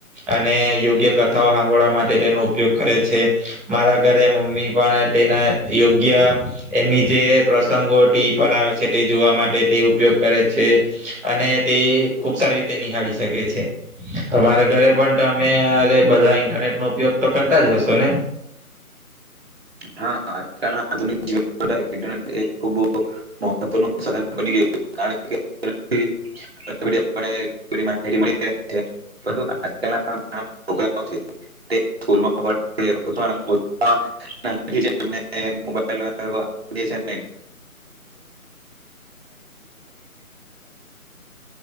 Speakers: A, in the centre; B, on the right (about 45°).
A: અને યોગ્ય કથાઓ સાંભળવા માટે તેનો ઉપયોગ કરે છે મારા ઘરે મમ્મી પણ તેના યોગ્ય એમની જે પ્રસંગો ટીવી પર આવે છે તે જોવા માટે તે ઉપયોગ કરે છે અને તે ખુબ સારી રીતે નિહાળી શકે છે તમારા ઘરે પણ અમે અરે બધા ઇન્ટરનેટ નો ઉપયોગ તો કરતા જ હશો ને
B: હા આજકાલના આધુનિક <unintelligible> નુકસાન